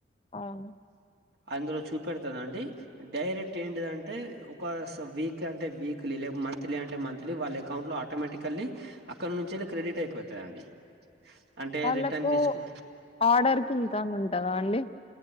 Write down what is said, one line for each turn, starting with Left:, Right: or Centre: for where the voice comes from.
Left: అవును
Right: అందులో చూపెడ్తాదండి. డైరెక్ట్ ఏంటిదంటే ఒక స వీక్ అంటే వీక్లీ లే మంత్లీ అంటే మంత్లీ వాళ్ళ అకౌంట్లో టోమేటికల్లీ అక్కనుంచేలే క్రెడిట్ అయిపోతదండి. అంటే
Left: వాళ్ళకూ
Right: రిటర్న్ తీసుకు
Left: ఆర్డర్కి ఇన్కమ్ ఉంటద అండి.